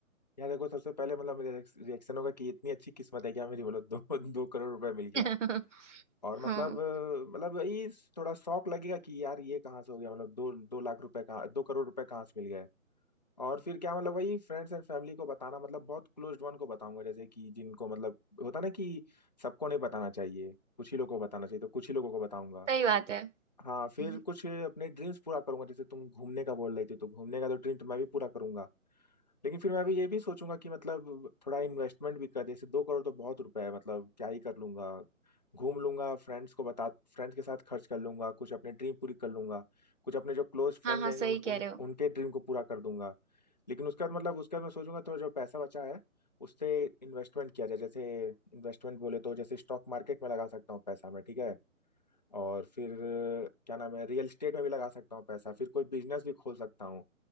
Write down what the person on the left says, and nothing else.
या देखो सबसे पहले मतलब मेरा रिएक्शन होगा कि इतनी अच्छी किस्मत है क्या मेरी मतलब दो <laughs> दो करोड़ रुपए मिल गया
और
मतलब अ, मतलब ये थोड़ा शौक लगेगा कि यार ये कहाँ से हो गया मतलब दो दो लाख रुपए कहाँ दो करोड़ रुपए कहाँ से मिल गए और फिर क्या मतलब वही फ्रेंड्स एंड फैमिली को बताना मतलब बहुत क्लोज्ड वन को बताऊंगा जैसे कि जिनको मतलब होता ना कि सबको नहीं बताना चाहिए कुछ ही लोगों को बताना चाहिए तो कुछ ही लोगों को बताऊंगा
हाँ
फिर कुछ अपने ड्रीम्स पूरा करूंगा जैसे तुम घूमने का बोल रही थी तो घूमने का तो ड्रीम तो मैं भी पूरा करूंगा लेकिन फिर मैं भी ये भी सोचूंगा कि मतलब थोड़ा इन्वेस्टमेंट भी कर जैसे दो करोड़ तो बहुत रुपए है मतलब क्या ही कर लूंगा घूम लूंगा फ्रेंड्स को बता फ्रेंड्स के साथ खर्च कर लूंगा कुछ अपने ड्रीम पूरी कर लूंगा कुछ अपने जो क्लोज फ्रेंड
रहेंगे
उन, उन
उनके ड्रीम को पूरा कर दूंगा लेकिन उसके बाद मतलब उसके बाद मैं सोचूंगा थोड़ा जो पैसा बचा है उससे इन्वेस्टमेंट किया जाए जैसे इन्वेस्टमेंट बोले तो जैसे स्टॉक मार्केट में लगा सकता हूँ पैसा मैं ठीक है और फिर क्या नाम है रियल एस्टेट में भी लगा सकता हूँ पैसा फिर कोई बिजनेस भी खोल सकता हूँ